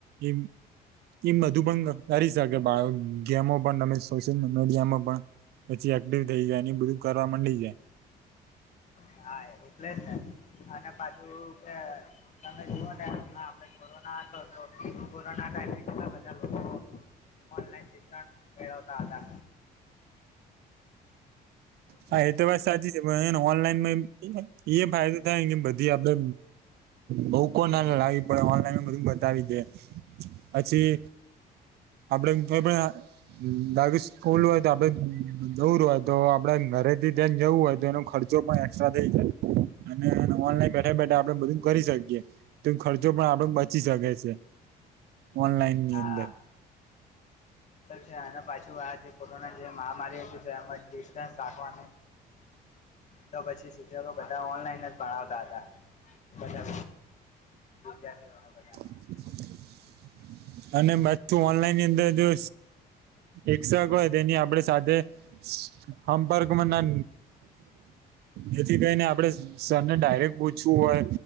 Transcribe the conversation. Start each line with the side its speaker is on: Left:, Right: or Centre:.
Right: એ એ બધું પણ કરી શકે બાળ ગેમો પણ તમે સોશિયલ મીડિયામાં પણ પછી એક્ટિવ થઈ જાય એ બધું કરવા માંડી જાય
Left: હા એટલે જ અને બાજુ કે તમે જોવોને હમ આપે કોરોના તો કોરોના ટાઈમે કેટલા બધા લોકો ઓનલાઈન શિક્ષણ મેળવતા હતા હ <inaudible>
Right: હા એ તો વાત સાચી છેને ઓનલાઈન એ ફાયદો થાય કે બધી આપડે બઉ કો ના લાવી પડે, ઓનલાઈન બધું બતાવી દે પછી. આપડે ખલું હોય તો આપડે દવર હોય તો <unintelligible> આપડા ઘરે થી જરાક જવું હોય તો એનો ખર્ચો પણ એક્સ્ટ્રા થઈ જાય. અને ઓનલાઈન બેઠા બેઠા આપડે બધું કરી શકીએ. તો ખર્ચો પણ આપડે બચી શકે છે ઓનલાઈન ની
Left: હા
Right: અંદર
Left: છે અને પાછું આ જે કોરોના જે મહામારી હતી તેજ ડિસ્ટન્સ રાખ વ તો પછી શિક્ષકો બધા ઓનલાઈન જ ભણાવતા હતા બધા વિદ્યાર્થીઓને
Right: ઓ <inaudible> અને બધુ ઓનલાઈન ની અંદર જો એ્રાય તેની આપડે સાથે સંપર્કમાં ના જેથી કરીને, આપણે સરને ડાયરેક્ટ પૂછવું હોય.